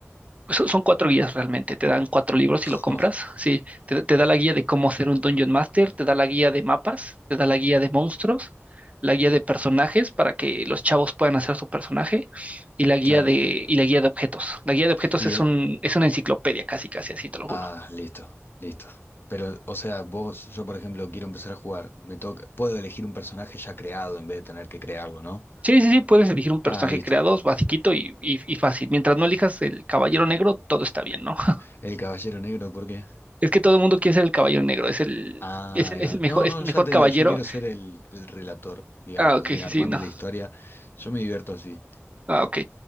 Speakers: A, on the right (about 30°); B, on the left (about 50°).
A: Son, son cuatro guías realmente, te dan cuatro libros si
B: <laughs>
A: lo compras, sí, te, te da la guía de cómo ser un Dungeon Master, te da la guía de mapas, te da la guía de monstruos, la guía de personajes para que los chavos puedan hacer su personaje y la guía
B: Claro.
A: de, y la guía de objetos. La guía de objetos
B: Y,
A: es
B: eh,
A: un, es una enciclopedia casi, casi así, te lo juro.
B: ah, listo, listo. Pero, o sea, vos, yo por ejemplo, quiero empezar a jugar. Me toca, puedo elegir un personaje ya creado en vez de tener que crearlo, ¿no?
A: Sí, sí, sí, puedes elegir un personaje
B: Ah, listo.
A: creado, basiquito y, y, y fácil. Mientras no elijas el caballero negro, todo está bien, ¿no? <laughs>
B: El Caballero Negro, ¿por qué?
A: Es que todo el mundo quiere ser el caballero negro, es el,
B: Ah,
A: es el,
B: ahí
A: es
B: va.
A: el mejor,
B: No,
A: es
B: no,
A: el
B: ya
A: mejor
B: te
A: caballero.
B: digo, yo quiero ser el, el relator, digamos,
A: Ah, ok,
B: ir
A: sí,
B: armando
A: sí, no.
B: la historia. Yo me divierto así.
A: Ah, ok.